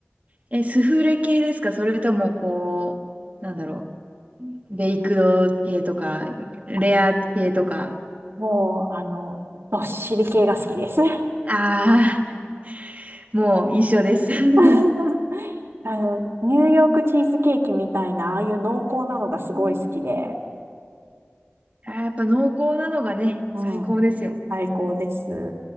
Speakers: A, on the right; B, on the right.
A: え、スフレ系ですかそれとも、こう、なんだろう。ベイクド系とか、レア系とか。
B: あのもう、あの、どっしり系が好きです。
A: ああ、<laughs> もう一緒です。<laughs> う
B: <laughs> あの、ニューヨークチーズケーキみたいな、ああいう濃厚なのがすごい好きで、
A: んあーやっぱ濃厚なのがね、
B: うん、
A: 最高ですよ。
B: 最高です。